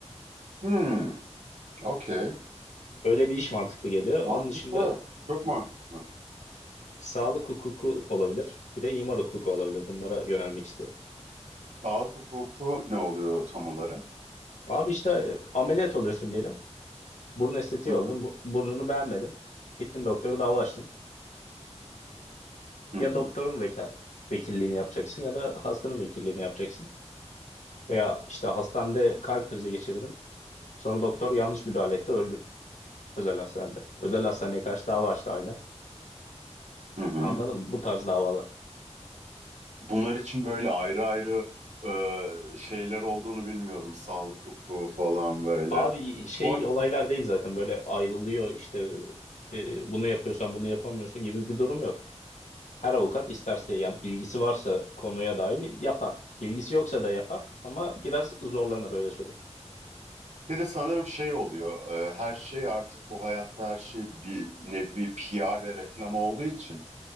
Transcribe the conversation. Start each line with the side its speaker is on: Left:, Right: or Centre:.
Right: Hmm, okey.
Left: Öyle bir iş mantıklı geliyor.
Right: Mantıklı.
Left: Onun dışında
Right: Çok mantıklı.
Left: sağlık hukuku olabilir. Bir de imar hukuku olabilir. Bunlara yönelmek istiyorum.
Right: Sağlık hukuku ne oluyor tam olarak?
Left: Abi işte e, ameliyat oluyorsun diyelim. Burun estetiği
Right: Hı hı,
Left: oldun. Bu, burnunu beğenmedin. Gittin doktora dava açtın.
Right: hı hı,
Left: Ya doktorun veka- vekilliğini yapacaksın ya da hastanın vekilliğini yapacaksın. Veya işte hastanede kalp krizi geçirdin. Sonra doktor yanlış müdahale etti, öldün özel hastanede. Özel hastaneye karşı dava açtı ailen.
Right: hı hı.
Left: Anladın mı? Bu tarz davalar.
Right: Bunlar için böyle ayrı ayrı e, şeyler olduğunu bilmiyordum. Sağlık hukuku falan böyle.
Left: Abi şey
Right: Bu arada
Left: olaylar
Right: hukuk
Left: değil zaten böyle ayrılıyor işte e, bunu yapıyorsan bunu yapamıyorsun gibi bir durum yok. Her avukat isterse yani bilgisi varsa konuya dahil yapar. Bilgisi yoksa da yapar ama biraz zorlanır öyle söyleyeyim.
Right: bir de sanırım şey oluyor. e, her şey artık bu hayatta her şey bir nevi PR ve reklam olduğu için